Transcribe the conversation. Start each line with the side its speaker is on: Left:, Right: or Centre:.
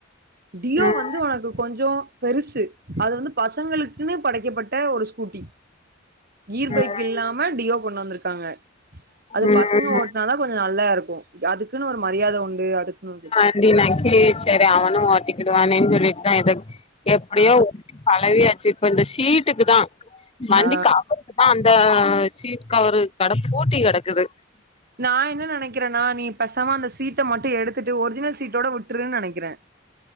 Right: டியோ
Left: ம்
Right: வந்து ஒனக்கு கொஞ்சோ பெருசு. அது வந்து பசங்களு குனு படைக்கப்பட்ட ஒரு ஸ்கூட்டி. கீர் பைக்
Left: ம்
Right: இல்லாம டியோ கொண்டு வந்துருக்காங்க. அது
Left: ம்
Right: பசங்க
Left: ம்
Right: ஓட்னாதா கொஞ்சோ நல்லா இருக்கு. அதுக்குனு ஒரு மரியாத உண்டு. அதுக்குனு <unintelligible>
Left: வண்டி நா ஏக்சுலி செரி அவனு ஓட்டிக்கிடுவானேன் சொல்லிட்டு தா எதோ எப்டியோ
Right: ஆ
Left: ஓட்டி பழவியாச்சு இப்ப இந்த சீட்டுக்கு தா வண்டி
Right: ஆ
Left: கவ ர்க்குதா அந்த சீட் கவரு கட பூட்டி கெடக்குது.
Right: நா என்ன நெனக்கிறன்னா நீ பேசமா அந்த சீட்ட மட்டு எடுத்துட்டு ஒரிஜினல் சீட்டோட உட்ருன் நெனக்கிறே.